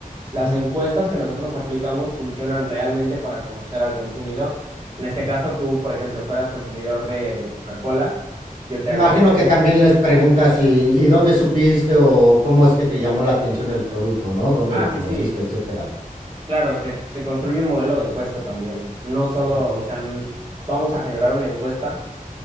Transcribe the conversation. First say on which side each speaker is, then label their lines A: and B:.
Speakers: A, on the right; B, on the right.
A: Las
B: Ujú,
A: encuestas que nosotros aplicamos funcionan realmente para conocer al consumidor. En este
B: ujú.
A: caso, tú, por ejemplo, fueras consumidor de, de Coca-Cola, yo te
B: Imagino
A: hago la pregunta.
B: que también les preguntas, ¿y, y dónde supiste o cómo es que te llamó la atención el producto, ¿no? ¿Dónde
A: Ah,
B: lo
A: sí,
B: conociste,
A: sí,
B: etcétera?
A: claro, se, se construye un modelo de encuesta también. No solo,
B: Ujú,
A: o sea, n- vamos a generar una encuesta